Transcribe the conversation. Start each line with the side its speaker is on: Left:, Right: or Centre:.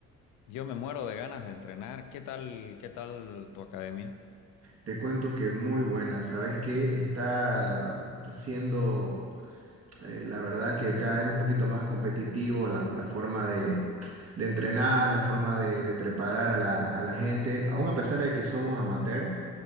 Left: yo me muero de ganas de entrenar. ¿Qué tal, qué tal tu academia?
Right: Te cuento que muy buena, sabes que está haciendo, eh, la verdad que cada vez un poquito más competitivo la, la forma de, de entrenar, la forma de, de preparar a la, a la gente, aún a pesar de que somos amateur.